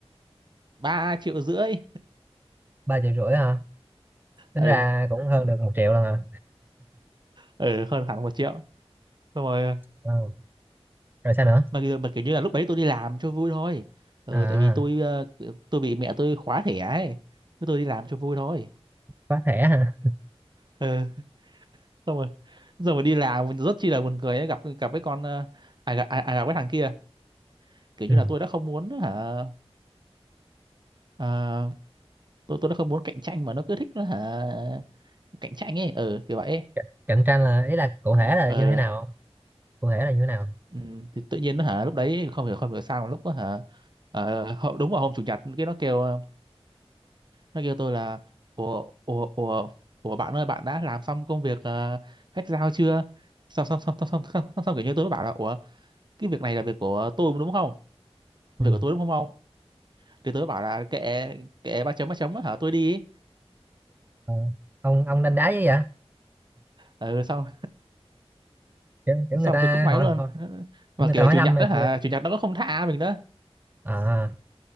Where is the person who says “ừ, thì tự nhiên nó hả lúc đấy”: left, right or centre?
Right